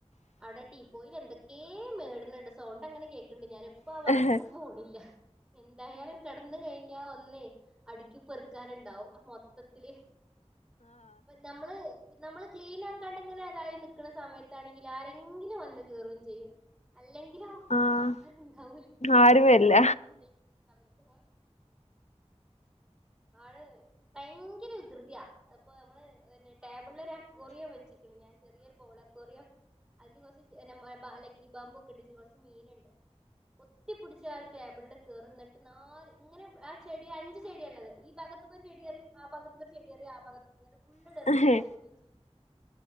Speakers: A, on the left; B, in the centre.
A: ആ
B: അവിടെ ടീ പോയിൽ എന്തൊക്കെ മേട്ണ് ണ്ട് സൗണ്ട് അങ്ങനെ കേക്ക്‌ണ്ട് ഞാന് ഇപ്പോ ആ
A: ആഹ്
B: ഭാഗത്ത്ക്ക്‌ പോണില്ല എന്തായാലും കെടക്ക് ന്ന് കഴിഞ്ഞ ഒന്നേ അടുക്കി പെറുക്കാന്ണ്ടാവും മൊത്തത്തില് നമ്മള് നമ്മള് ക്ലീൻ ആക്കാണ്ട്ങ്ങനെ അതായി നിക്കണ സമയത്താണെങ്കില് ആരെങ്കിലും വന്ന് കേറും ചെയ്യും അല്ലെങ്കിലോ
A: ആഹ്
B: ആരും ഉണ്ടാവൂല്ല
A: ആരുമില്ല
B: ഫുള്ള് ക്ലീന് ആത് സമയത്ത് പോ ആള് ഭയങ്കര വികൃതിയാ ഇപ്പൊ നമ്മള് ടേബിളിൽ ഒരു അക്കോറിയം വെച്ചിക്ക്‌ണ് ഞാൻ ചെറിയൊരു ബോള് അക്വാറിയം അതില് കൊറച്ച് ലക്കി ബാമ്പു ഒക്കെണ്ട് കുറച്ച് മീന്ണ്ട് പൊത്തി പിടിച്ചാണ്ട് ടേബിളില് കേറും ന്നിട്ട് നാല് ഇങ്ങനെ ആ ചെടി അഞ്ച് ചെടിയാള്ളത് ഈ ഭാഗത്ത്ക്കൊരു ചെടിയെറിയും ആ ഭാഗത്ത്ക്കൊരു ചെടിയെറിയും ആ ഭഗത്ത് ഇങ്ങനെ ഫുള്ള് ഇണ്ടെറിയും
A: ആഹ്
B: ഇന്നിട്ട് കൈ കൊട്ടി ചരിക്കും